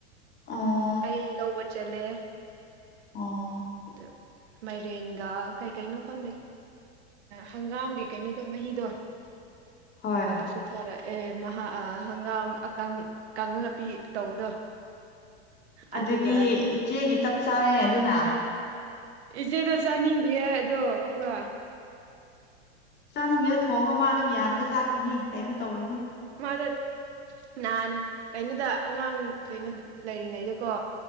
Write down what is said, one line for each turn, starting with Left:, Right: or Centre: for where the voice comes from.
Left: ꯑ
Right: ꯑꯩ ꯂꯧꯕ ꯆꯠꯂꯦ
Left: ꯑꯣ
Right: ꯑꯗ ꯃꯥꯏꯔꯦꯟꯒ ꯀꯩꯀꯩꯅꯣ ꯈꯪꯗꯦ ꯍꯪꯒꯥꯝꯒꯤ ꯀꯩꯅꯣꯗꯣ ꯃꯍꯤꯗꯣ
Left: ꯍꯣꯏ
Right: ꯑꯗꯨꯁꯨ ꯊꯔꯛꯑꯦ ꯃꯍꯥꯛ ꯍꯪꯒꯥꯝ ꯑꯀ ꯀꯥꯡ ꯂꯄꯤ ꯇꯧꯕꯗꯣ
Left: ꯑꯗꯨꯗꯤ
Right: ꯑꯗꯨꯒ
Left: ꯏꯆꯦꯒꯤ ꯆꯞ ꯆꯥꯔꯦꯅꯦ ꯑꯗꯨꯅ
Right: ꯏꯆꯦꯗꯣ ꯆꯥꯅꯤꯡꯒꯦ ꯑꯗꯣ ꯈꯪꯕ꯭ꯔꯣ
Left: ꯆꯥꯅꯤꯡꯉꯤꯒ ꯊꯣꯡꯉ ꯃꯥ ꯑꯗꯨꯝ ꯌꯥꯅꯕ ꯆꯥꯈꯤꯅꯤ ꯀꯩꯝꯇ ꯇꯧꯔꯨꯅꯨ
Right: ꯃꯥꯗ ꯅꯍꯥꯟ ꯀꯩꯅꯣꯗ ꯑꯉꯥꯡ ꯀꯩꯅꯣꯗ ꯂꯩꯔꯤꯉꯩꯗꯀꯣ